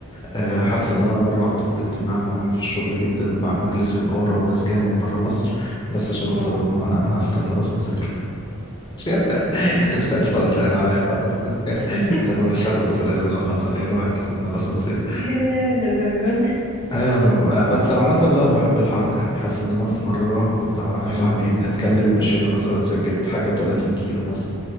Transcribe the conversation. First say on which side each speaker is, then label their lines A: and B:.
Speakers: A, on the left; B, on the left.
A: آه،
B: امم
A: حاسس
B: أمم.
A: ان انا مره عطلت اجتماع مهم في الشغل جدا مع مجلس اداره وناس جايه من بره مصر بس عشان قلت
B: اه
A: لهم انا هستنى الاسانسير <laughs> ساعتها قلت عليا عليا لحد قلت
B: <laughs>
A: لهم مش هاخد السلالم لو حصل ايه لو واقف استنى الاسانسير
B: ياه، للدرجه دي
A: ايوه انا ب- آه، بس عامه لا بحب الحركه يعني حاسس ان انا في مره كنت انا واحد
B: امم
A: صاحبي بنتكلم مشينا مثلا سكه حاجه و30 كيلو